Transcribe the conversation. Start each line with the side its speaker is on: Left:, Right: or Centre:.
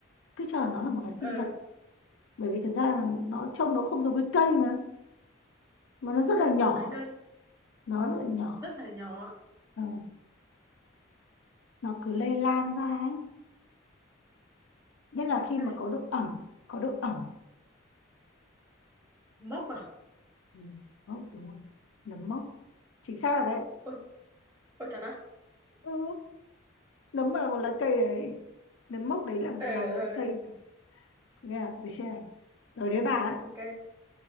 Left: Cứ cho nó là một loài sinh
Right: Ờ,
Left: vật bởi vì thật ra là nó trông nó không giống cái cây mà mà nó rất
Right: không
Left: là nhỏ
Right: giống cái cây,
Left: nó rất là nhỏ
Right: rất là nhỏ.
Left: ừ. nó cứ lây lan ra ấy nhất là khi
Right: Cây
Left: mà có độ ẩm có độ ẩm
Right: mốc à?
Left: ừ. Mốc, đúng rồi nấm mốc chính xác rồi đấy
Right: Ôi, ôi thật á?
Left: ừ. nấm là một lá cây đấy nấm mốc đấy là
Right: Ờ,
Left: là một lá
Right: ờ.
Left: cây này. nghe à? được chưa này rồi đấy bà đấy
Right: Ok,